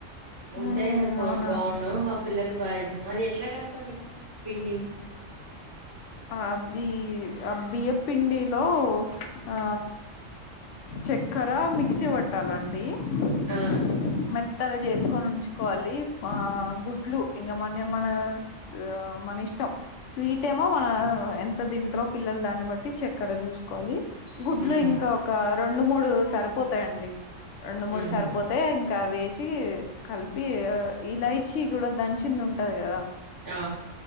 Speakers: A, on the right; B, on the left.
A: ఉంటే
B: ఉమ్
A: పో
B: అవునా
A: బాగుండు మా పిల్లలకు బాగా ఇష్టం అది ఎట్లా కలపాలి పిండి
B: అది ఆ బియ్యపిండిలో ఆ చక్కెర మిక్సీ పట్టాలండి మెత్
A: ఆ
B: మెత్తగా చేసుకొని ఉంచుకోవాలి ఆ గుడ్లు ఇంకా మన మన ఆ మన ఇష్టం స్వీట్ మో మన ఎంత తింటరో పిల్లలు దాన్ని బట్టి చక్కెర చూసుకోవాలి గుడ్లు
A: హ్మ్
B: ఇంకా ఒక రెండు మూడు సరిపోతాయిండి రెండు మూడు
A: ఊహూ
B: సరిపోతా అయితే ఇంకా వేసి కలిపి ఇలైచి కూడా దంచింది ఉంటది కదా
A: ఆ